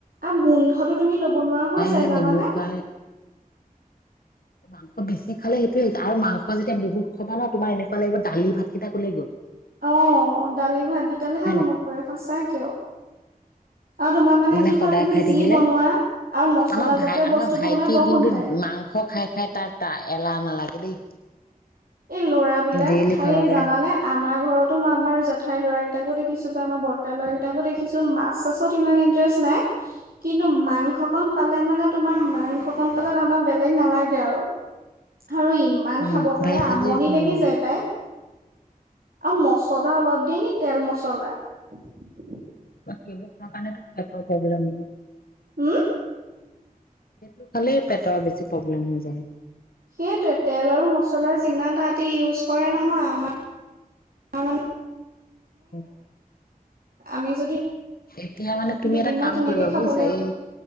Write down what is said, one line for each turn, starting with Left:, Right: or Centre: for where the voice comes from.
Right: আৰু গোন্ধটো তুমি লব নোৱাৰা হৈ যায়
Left: সেই
Right: জানানে।
Left: নেমু খুৱাই মাংস বেছি খালে সেইটোয়ে হৈছে আৰু মাংস যেতিয়া বহুত খবা ন' তমাৰ এনেকুৱা লাগ দালি ভকেইটাক ক'লে গ'ল।
Right: অ', দালি ভাত কেইটালেহে
Left: হয়
Right: মনত
Left: নাই?
Right: পৰে সঁচাকেও আৰু তোমাৰ
Left: মানে
Right: কি
Left: সদায়
Right: হয় তুমি
Left: খাই
Right: যি
Left: থাকিলে
Right: বনোৱা আৰু মছলা
Left: আমাৰ ভাই
Right: জাতীয়
Left: আমাৰ
Right: বস্তুবোৰ
Left: ভাইটি
Right: বনাই বৰ
Left: কিন্তু
Right: গোন্ধাই
Left: মাংস খাই খাই তাৰ এলাহ নালাগে দেই।
Right: এই ল'ৰাবলাক
Left: ডেইলি
Right: খাইে
Left: খাব পাৰে
Right: জানানে আ আমাৰ ঘৰতো মই আমাৰ জেঠাইৰ ল'ৰাৰাকেইটাকো দেখিছো বা আমাৰ বৰ্তাৰ ল'ৰাৰাকেইটাকো দেখিছো মাছ চাছত ইমান ইন্টাৰেষ্ট নাই কিন্তু মাংসকন পালে মানে তোমাৰ মাংসকন পালে তাহনক বেলেগ নালাগে আৰু। আৰু ইমান
Left: উম
Right: খাব পাৰে
Left: ভাজি
Right: আমনি
Left: চাজি একো
Right: লাগি
Left: বনাব
Right: যায়
Left: নালাগে।
Right: পাই। আৰু মছলা অলপ দি নি তেল মছলা। উম।
Left: সেইবোৰ খোৱা কাৰণে প্ৰব্লেম ইমান।
Right: উম।
Left: সেইটো খালেই পেটৰ বেছি প্ৰব্লেম হৈ যায়।
Right: সেইটোৱে তেল আৰু মছলা যিমান তাহাতি ইউজ কৰা নহয় আমাৰ মে।
Left: উম
Right: আমি যদি
Left: এতিয়া মানে তুমি
Right: দুদিনমান
Left: এটা কাম
Right: তেনেকে
Left: কৰিবা
Right: খাবলৈ
Left: বুজিছা এই